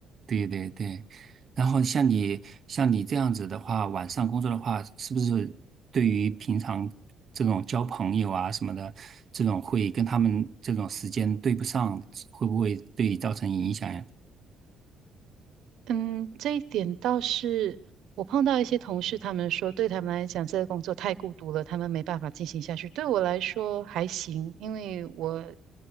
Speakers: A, on the right; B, on the right.
A: 对对对，然后像你像你这样子的话，晚上工作的话，是不是对于平常这种交朋友啊什么的，这种会跟他们这种时间对不上，会不会对你造成影响呀？
B: 嗯，这一点倒是我碰到一些同事，他们说对他们来讲，这个工作太孤独了，他们没办法进行下去。对我来说还行，因为我